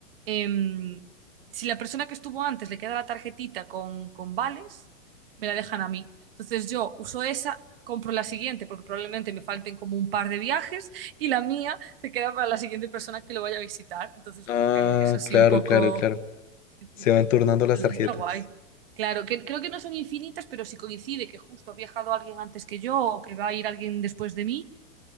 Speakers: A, on the right; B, on the left.
A: em, si la persona que estuvo antes le queda la tarjetita con, con vales, me la dejan a mí. Entonces yo uso esa, compro la siguiente, porque probablemente me falten como un par de viajes, y la mía se queda para la siguiente persona que lo vaya a visitar. Entonces
B: Ah,
A: como que es así
B: claro,
A: un poco...
B: claro, claro.
A: Sí,
B: Se
A: sí, sí.
B: van turnando las
A: Entonces
B: tarjetas.
A: está guay. Claro, que, creo que no son infinitas, pero si coincide que justo ha viajado alguien antes que yo o que va a ir alguien después de mí,